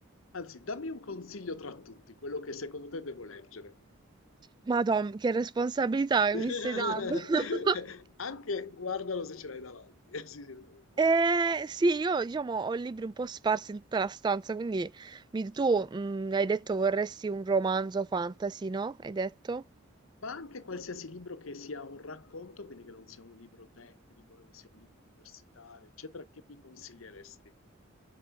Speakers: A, on the left (about 80°); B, on the right (about 20°).
A: Anzi, dammi un consiglio tra tutti, quello che secondo te devo leggere.
B: Ma Tom, che responsabilità che
A: <laughs>
B: mi stai dando. <laughs>
A: Anche guardalo se ce l'hai davanti, eh, sì, sì, davanti
B: Eh,
A: a te.
B: sì, io diciamo ho libri un po' sparsi in tutta la stanza, quindi mi- tu mm, hai detto vorresti un romanzo fantasy, no? Hai detto?
A: Ma anche qualsiasi libro che sia un racconto, quindi che non sia un libro tecnico, non sia un libro universitario, eccetera, che mi consiglieresti?